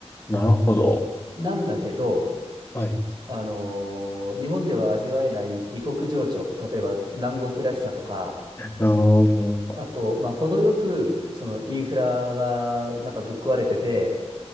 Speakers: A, on the left (about 20°); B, on the right (about 40°).
A: なるほど。
B: なんだけど、
A: はい。う
B: あのー日本では味わえない異国情緒、例えば南国らしさとか、
A: ーん、
B: あと、まあ、程よくそのインフラがなんかぶっ壊れてて、